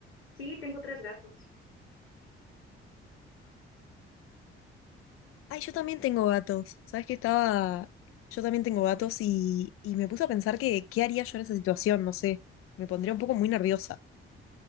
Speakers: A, on the left; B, on the left.
A: Sí, tengo tres gatos.
B: Ay, yo también tengo gatos. Sabes que estaba. Yo también tengo gatos y, y me puse a pensar que qué haría yo en esa situación, no sé. Me pondría un poco muy nerviosa.